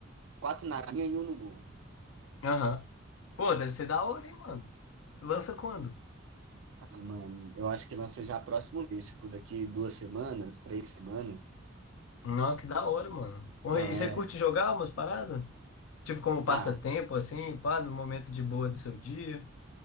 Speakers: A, on the right; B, on the left.
A: quatro na linha e um no gol.
B: Aham. Pô, deve ser da hora, hein, mano? Lança quando?
A: Ah, mano, eu acho que lança já próximo mês, tipo, daqui duas semanas, três semanas.
B: Não, que da hora, mano. Pô,
A: Não,
B: E você
A: é.
B: curte jogar umas paradas? Tipo, como passatempo,
A: Ah,
B: assim, pá, no momento de boa do seu dia?